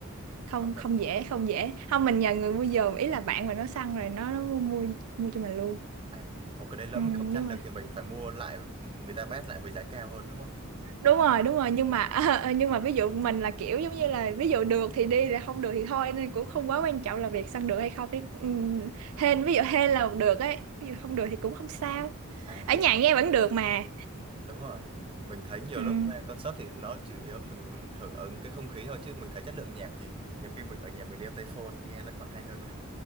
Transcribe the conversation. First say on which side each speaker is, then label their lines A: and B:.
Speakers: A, on the right (about 80°); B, on the right (about 25°).
A: không
B: hoặc
A: không
B: là mình
A: dễ không dễ không mình nhờ người mua giùm ý là bạn mà nó săn rồi nó nó mua mua mua cho mình luôn
B: à ok đấy lỡ
A: ừ,
B: mình không săn
A: đúng rồi
B: được thì mình phải mua lại người ta bét lại với giá cao hơn đúng không
A: đúng rồi đúng rồi nhưng mà <laughs> nhưng mà ví dụ mình là kiểu giống như là ví dụ được thì đi là không được thì thôi nên cũng không quá quan trọng là việc săn được hay không chứ ừm, hên ví dụ hên là được ấy ví dụ không được thì cũng không sao
B: à
A: ở nhà nghe vẫn được mà
B: đúng rồi mình thấy nhiều
A: Ừm,
B: lúc ra concert thì nó chủ yếu mình hưởng ứng cái không khí thôi chứ mình thấy chất lượng nhạc thì nhiều khi mình ở nhà mình đeo tai phone nghe nó còn hay hơn